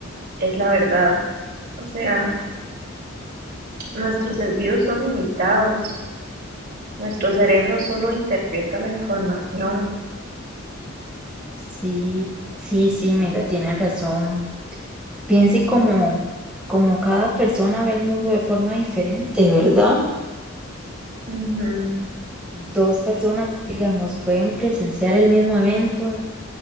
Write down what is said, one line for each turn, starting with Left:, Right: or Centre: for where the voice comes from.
Right: es la verdad? O sea, nuestros sentidos son limitados. Nuestro cerebro solo interpreta la información.
Centre: Sí, sí, sí, Mela, tiene razón. Piense como, como cada persona ve el mundo de forma diferente, ¿verdad?
Right: Ujú.
Centre: Dos personas, digamos, pueden presenciar el mismo evento,